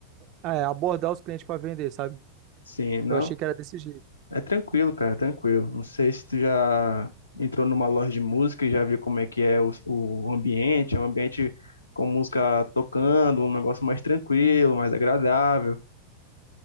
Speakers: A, on the right; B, on the left.
A: ah, é, abordar os clientes para vender, sabe?
B: Sim, não.
A: Eu achei que era desse jeito.
B: É tranquilo, cara, é tranquilo. Não sei se tu já entrou numa loja de música e já viu como é que é o, o ambiente, é um ambiente com música tocando, um negócio mais tranquilo, mais agradável.